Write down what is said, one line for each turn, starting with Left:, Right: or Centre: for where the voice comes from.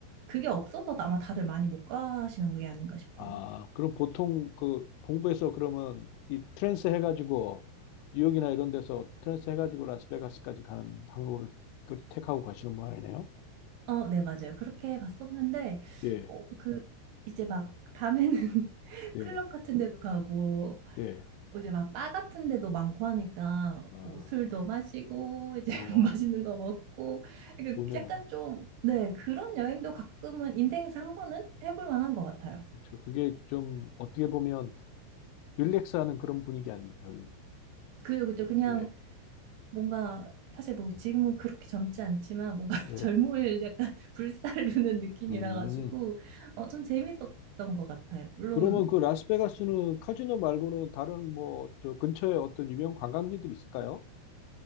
Right: 그게 없어서 아마 다들 많이 못 가시는 게 아닌가 싶어요.
Left: 아, 그럼 보통 그, 동부에서 그러면 이 트랜스 해가지고, 뉴욕이나 이런 데서 트랜스 해가지고 라스베가스까지 가는 항로를 그 택하고 가시는 모양이네요.
Right: 어, 네, 맞아요. 그렇게 갔었는데,
Left: 예,
Right: 어, 그, 이제 막 밤에는 <laughs>
Left: 예,
Right: 클럽 같은 데도 가고
Left: 예.
Right: 뭐 이제 막 바 같은 데도 많고 하니까
Left: 아,
Right: 뭐 술도 마시고 이제
Left: 어,
Right: <laughs> 맛있는 거 먹고 그러니까
Left: 좋네요.
Right: 약간 좀 네 그런 여행도 가끔은 인생에서 한 번은 해볼 만한 것 같아요.
Left: 그쵸. 그게 좀 어떻게 보면 릴렉스하는 그런 분위기 아닙니까, 그게?
Right: 그죠 그죠 그냥
Left: 예,
Right: 뭔가 사실 뭐 지금은 그렇게 젊지 않지만 뭔가 <laughs>
Left: 예.
Right: 젊음을 약간 불살르는 느낌이라
Left: 음.
Right: 가지고 어, 좀 재밌었던 것 같아요. 물론
Left: 그러면 그 라스베가스는 카지노 말고는 다른 뭐 저 근처에 어떤 유명 관광지들이 있을까요?